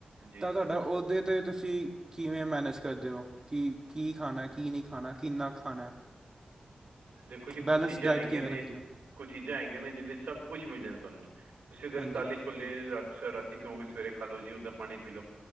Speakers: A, on the right; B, on the right.
A: ਜੀ
B: ਤਾਂ ਤੁਹਾਡਾ
A: ਜੀ
B: ਉਹਦੇ 'ਤੇ ਤੁਸੀਂ। ਕਿਵੇਂ ਮੈਨੇਜ ਕਰਦੇ ਹੋ, ਕਿ ਕੀ ਖਾਣਾ, ਕੀ ਨਹੀਂ ਖਾਣਾ, ਕਿੰਨਾ ਖਾਣਾ।
A: ਦੇਖੋ ਜੀ ਕੁਝ
B: ਬੈਲੇਂਸ
A: ਚੀਜ਼ਾਂ
B: ਡਾਇਟ
A: ਹੈਗੀਆਂ
B: ਕਿਵੇਂ
A: ਨੇ
B: ਰੱਖਦੇ ਹੋ?
A: ਕੁਝ ਚੀਜ਼ਾਂ ਹੈਗੀਆਂ ਨੇ, ਜਿੰਹਦੇ ਚ ਸਭ ਕੁਛ ਮਿਲ ਜਾਂਦੇ ਤੁਹਾਨੂੰ, ਤੁਸੀਂ ਅਗਰ
B: ਹਾਂਜੀ
A: ਕਾਲੇ ਛੋਲੇ ਰਾਤੀ ਪਿਉਂਗੇ ਸਵੇਰੇ ਖਾ ਲੋ ਜੀ, ਉਹਦਾ ਪਾਣੀ ਪੀ ਲ ਲੋ।